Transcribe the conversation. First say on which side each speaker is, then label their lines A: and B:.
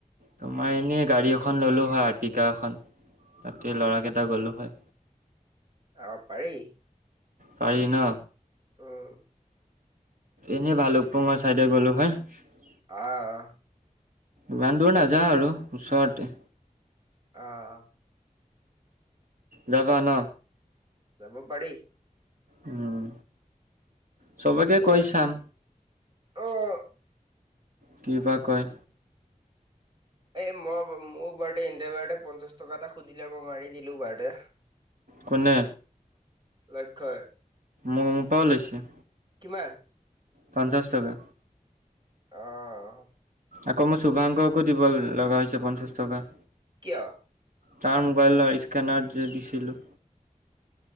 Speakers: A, on the right; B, on the right.
A: তোমাৰ এনেই গাড়ী এখন ললো হয় আৰ্টিকা এখন। ৰাতি ল'ৰাকেইটা গ'লো হয়।
B: আহ পাৰি
A: পাৰি ন।
B: উম
A: এনেই ভালুকপুঙৰ ছাইডে গ'লো হয়।
B: আহ,
A: ইমান দূৰ নাযাওঁ আৰু ওচৰতে
B: অহ ',
A: যাবা ন।
B: যাব পাৰি।
A: উম, চবকে
B: এ
A: কৈ চাম।
B: অ',
A: কিবা কয়।
B: এই মই মোৰ বাৰডে ইণ্ডিয়া বাৰডে পঞ্চাশ টকা এটা সুধিলে মই মাৰি দিলো বাৰ্ডে।
A: শনে
B: লক্ষ্যই
A: মোৰ পাও লৈছে।
B: কিমান?
A: পঞ্চাছ টকা।
B: অহ ',
A: আকৌ মই শুভাংকৰকো দিব লগা হৈছে পঞ্চাছ টকা।
B: কিয়?
A: তাৰ মোবাইলৰ স্কেনাৰ যে দিছিলো।